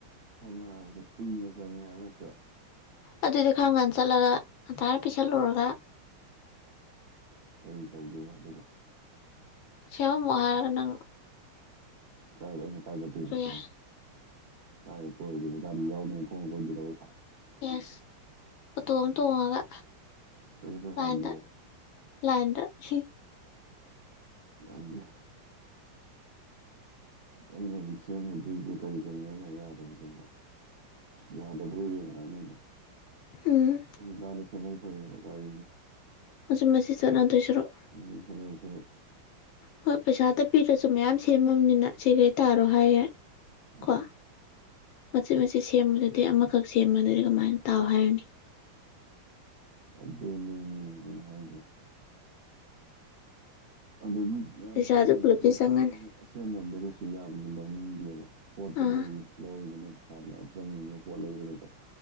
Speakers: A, on the right; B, on the left.
A: ꯁꯝꯅ ꯄꯨ ꯆꯦꯛꯇ
B: ꯑꯗꯨꯗꯤ ꯈꯪꯒꯥꯟꯗ ꯆꯠꯂꯒ ꯉꯟꯇꯥꯔ ꯄꯤꯁꯜꯂꯨꯔꯒ
A: ꯀꯔꯤ ꯇꯧꯗꯣꯏꯅꯣ ꯑꯗꯨꯒ
B: ꯁꯤꯃꯝ ꯃꯍꯔꯒꯅꯪ
A: ꯀꯥꯏ ꯑꯩꯅ ꯀꯥꯏꯖꯣꯏ ꯄꯁ
B: ꯌꯥꯏ
A: ꯍꯥꯏ ꯍꯣꯏꯦꯗꯤ ꯌꯥꯎꯗ ꯅ ꯐꯣꯟ ꯑꯣꯏꯣꯏꯗꯔꯣ
B: ꯌꯦꯁ ꯎꯇꯣꯝ ꯇꯣꯡꯉꯒ
A: ꯀꯩꯁꯨ
B: ꯂꯥꯏꯟꯗ
A: ꯍꯥꯟꯂꯤ ꯋꯥ
B: ꯂꯥꯏꯟꯗ ꯁꯤ
A: ꯑꯩꯗ ꯑꯩꯖꯤ ꯁꯦꯝꯒꯗꯣꯏꯁꯦ ꯀꯔꯤ ꯀꯔꯤꯅꯦꯅ ꯌꯥꯗꯕꯗꯨꯕꯣ꯫ ꯌꯥꯗꯕꯉꯩ ꯌꯦꯡ ꯉꯛꯑꯅꯤ ꯑꯗꯨ꯫
B: ꯎꯝ
A: ꯁꯦꯝꯃꯤꯀꯥꯟ ꯁꯦꯝꯍꯧꯕ ꯐꯩꯌꯦꯕ ꯒꯥꯔꯤꯁꯦ꯫
B: ꯃꯆꯤꯠ ꯃꯆꯤꯠ ꯆꯠꯅꯗꯣꯏꯁꯤꯔꯨꯛ꯫
A: ꯑꯗꯨ <unintelligible>
B: ꯍꯣꯏ ꯄꯩꯁꯥ ꯑꯇꯩ ꯄꯤꯗꯔꯁꯨ ꯃꯌꯥꯝ ꯁꯦꯝꯃꯅꯤꯅ ꯁꯦꯜꯗꯤ ꯇꯥꯎ ꯍꯥꯏꯔ ꯌꯥꯏ꯫
A: ꯃꯥꯅꯦ
B: ꯀꯣ꫰꫰ ꯃꯆꯦꯠ ꯃꯆꯦꯠ ꯁꯦꯝꯕꯗꯨꯗꯤ ꯑꯃꯈꯛ ꯁꯦꯝꯕꯗꯨꯗꯤ ꯀꯃꯥꯏꯅ ꯇꯥꯎ ꯍꯥꯏꯔꯅꯤ꯫
A: ꯑꯗꯨꯅꯦꯃꯤ ꯑꯩꯅ ꯍꯥꯏꯖꯦ꯫ ꯑꯗꯒꯤ ꯃꯌꯥꯝ
B: ꯄꯩꯁꯥꯁꯨ
A: ꯁꯦꯝꯕꯗꯨꯗꯤ
B: ꯄꯨꯂꯞꯇꯤ ꯆꯪꯉꯅꯤ
A: ꯃꯣꯏ ꯑꯁꯦꯝꯃꯟꯗꯣ ꯀꯩꯁꯨ ꯌꯥꯝꯅ ꯂꯧꯅꯤꯡꯗꯦꯕ꯫ ꯄꯣꯠꯇꯨ
B: ꯑꯥ
A: ꯃꯣꯏꯗꯤ ꯂꯧꯅꯤꯅ ꯄꯩꯁꯥꯗꯨ ꯌꯥꯝ ꯆꯪꯉꯤꯅꯤꯅ ꯄꯣꯠ ꯂꯩꯕꯗꯨꯗ꯫